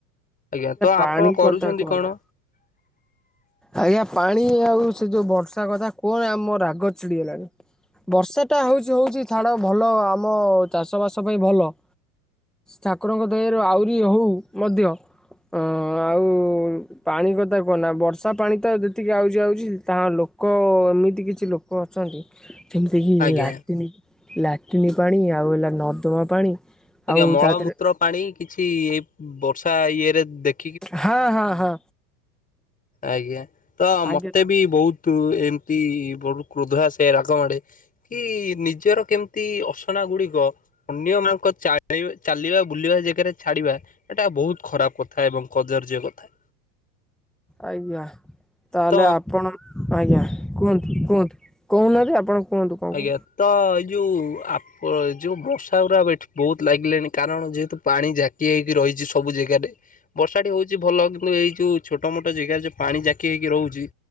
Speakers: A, on the left (about 15°); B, in the centre.
A: ଆଜ୍ଞା ତ ଆପଣ
B: ପାଣି
A: କରୁଛନ୍ତି
B: କଥା କୁହନା।
A: କଣ। <inaudible>
B: ଆଜ୍ଞା ପାଣି ଆଉ ସେ ଯୋଉ ବର୍ଷା କଥା କୁହନ ଆମ ରାଗ ଚିଡିଗଲାଣି। ବର୍ଷା ଟା ହଉଛି ହଉଛି ଛାଡ ଭଲ ଆମ ଚାଷ ବାସ ପାଇଁ ଭଲ। ଠାକୁରଙ୍କ ଦୟାରୁ ଆହୁରି ହଉ ମଧ୍ୟ। ହଁ ଆଉ ପାଣି କଥା କୁହନା ବର୍ଷା ପାଣି ତ ଯେତିକି ଆଉଛି ଆଉଛି ତାହା ଲୋକ ଲୋକ ଏମିତି କିଛି ଲୋକ ଅଛନ୍ତି। ଯେମିତିକି
A: ଆଜ୍ଞା
B: ଲାଟିନ ଲାଟିନ ପାଣି ଆଉ ହେଲା ନର୍ଦ୍ଦମା ପାଣି।
A: ଆଜ୍ଞା
B: ଆଉ
A: ମଳମୂତ୍ର
B: ତା ଦେହରେ
A: ପାଣି କିଛି ଏଇ ବର୍ଷା ଇଏ ରେ ଦେଖ
B: ହଁ ହଁ ହଁ।
A: ଆଜ୍ଞା ତ ମତେ
B: ଆଜ୍ଞା ତ
A: ବି ବହୁତ ଏମିତି ବ କ୍ରୋଧା ଆସେ ରାଗ ମାଡେ। କି ନିଜର କେମିତି ଅସନା ଗୁଡିକ ଅନ୍ୟ ମାନଙ୍କ ଚା ଚାଲିବା ବୁଲିବା ଜାଗାରେ ଛାଡିବା ଏଟା ବହୁତ ଖରାପ କଥା ଏବଂ କଦର୍ଯ୍ୟ କଥା।
B: ଆଜ୍ଞା ତାହେଲେ
A: ତ
B: ଆପଣ ଆଜ୍ଞା କୁହନ୍ତୁ କୁହନ୍ତୁ। କହୁନାହାନ୍ତି ଆପଣ। କୁହନ୍ତୁ କଣ
A: ଆଜ୍ଞା।
B: କହୁ
A: ତ ଏଇ ଯୋଉ ଆପ ଯୋଉ ମଶା ଗୁଡ଼ା ଏଠି ବହୁତ ଲାଗିଲେଣି କାରଣ ଯେହେତୁ ପାଣି ଜାକି ହୋଇକି ରହିଛି ସବୁ ଜାଗାରେ। ବର୍ଷାଟି ହେଉଛି ଭଲ କିନ୍ତୁ ଏଇ ଯେଉଁ ଛୋଟମୋଟ ଜାଗାରେ ଯେଉଁ ପାଣି ଜାକି ହେଇକି ରହୁଛି।